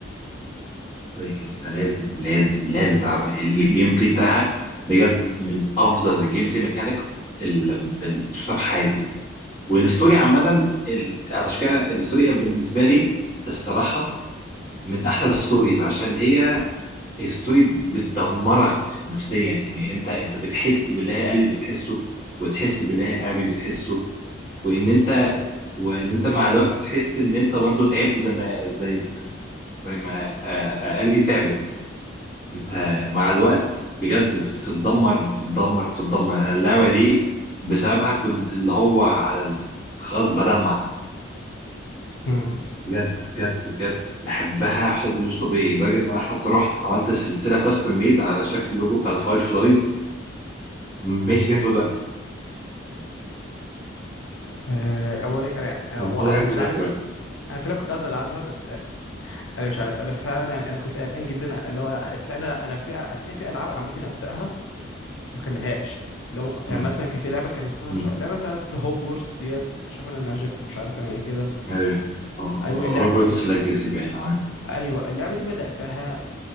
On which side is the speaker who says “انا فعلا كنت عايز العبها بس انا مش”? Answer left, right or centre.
Left